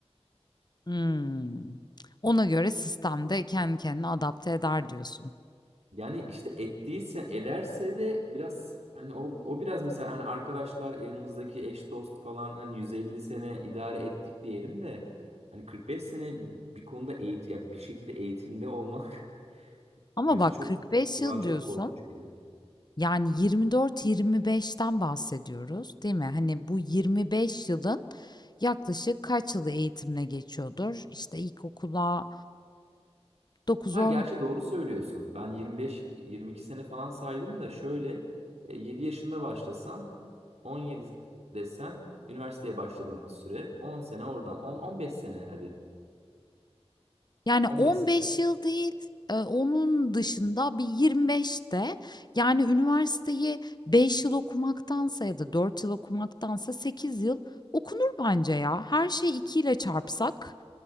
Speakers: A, on the left; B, on the right.
A: Hımm. Ona göre sistem de kendi kendine adapte eder diyorsun.
B: Yani işte ettiyse ederse de biraz hani o o biraz mesela hani arkadaşlar yanımızdaki eş dost falan hani 150 sene idare ettik diyelim de hani 45 sene bir konuda eğit ya bir şekilde eğitimde olmak <laughs>
A: Ama
B: göze
A: bak
B: çok
A: 45
B: kulağa
A: yıl
B: çok
A: diyorsun
B: korkunç geliyor.
A: Yani 24-25'ten bahsediyoruz, değil mi? Hani bu 25 yılın yaklaşık kaç yılı eğitimle geçiyordur? İşte ilkokula 9-10
B: Ha gerçi doğru söylüyorsun. Ben 25 22 sene falan saydım da şöyle e, 7 yaşında başlasan 17 desen üniversiteye başladığın süre 10 sene oradan 10 15 sene hadi
A: yani
B: 15
A: 15
B: sene
A: yıl değil, e, onun dışında bir 25'te yani üniversiteyi 5 yıl okumaktansa ya da 4 yıl okumaktansa 8 yıl okunur bence ya. Her şeyi 2 ile çarpsak